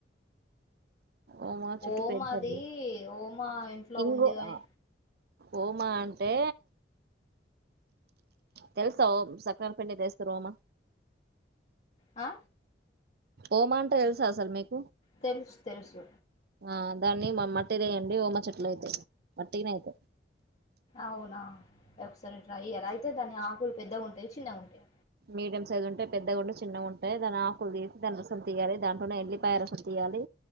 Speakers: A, on the right; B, on the left.
A: ఓమా చెట్టు
B: ఓమాది
A: పెంచండి
B: ఒమాఇంట్లో
A: ఇంగు
B: ఉంది గాని
A: ఆ, ఓమా అంటే తెలుసా ఓసక్కలపిండి దేస్తారు ఓమా
B: ఆ
A: ఓమా అంటే తెల్సా అసలు మీకు
B: తెలుసు తెలుసు
A: ఆ దాన్ని మట్టి వేయండి ఓమా చెట్లు అయితయ్ వాట్టినే అయితయ్
B: అవునా ఒకసారి ట్రై చెయలి అయితే దాని ఆకులు పెద్దగా ఉంటాయ్ చిన్నగ ఉంటయ్
A: మీడియం సైజు ఉంటాయ్ పెద్దగావుండి చిన్నగా ఉంటాయ్ దాని ఆకులు తీసి దాని రసం తీయాలె దాంట్లోనే ఎల్లిపాయ రసం తీయాలి